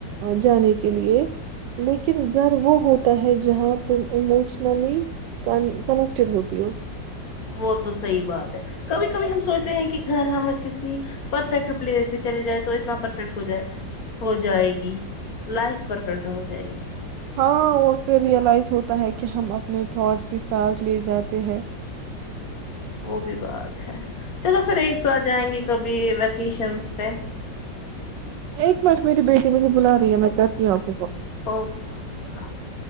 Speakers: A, on the right; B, on the left.
A: جانے کے لیے لیکن ڈر وہ ہوتا ہے جہاں تم ایموشنلی کنیکٹیڈ ہوتی ہو
B: وہ تو صحی بات ہے کبھی کبھی ہم سوچتے ہیں کہ گھر ہمیں کسی پرفیکٹ پلیس پہ چلے جائے تو اتنا پرفیکٹ ہو جائے ہو جائے گی لائف پرفیکٹ ہو جائے گی
A: ہاں اور پہ ریئلائز ہوتا ہے کہ ہم اپنے تھٹس کے ساتھ لے جاتے ہیں
B: وہ بھی بات ہے چلو پھر ایک سو آ جائیں گے کبھی ویکیشنس پہ
A: ایک منٹ میری بیٹی مجھے بلا رہی ہے میں کہتی ہوں اب
B: اوکے اوکے اللہ حافظ